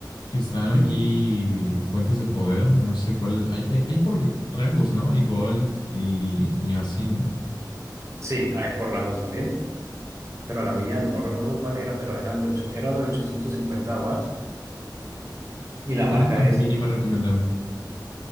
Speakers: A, on the left; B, on the right.
A: que están
B: ujú.
A: aquí fuentes de poder, no sé cuál, hay, hay, hay por rangos, ¿no? Hay gold y, y, así, ¿no?
B: Sí, hay por rangos también. pero la mía no recuerdo cuál era, pero eran de ocho- era de 850 watts y
A: ¿Y
B: la
A: cuál
B: marca
A: es la mínima
B: es
A: recomendable?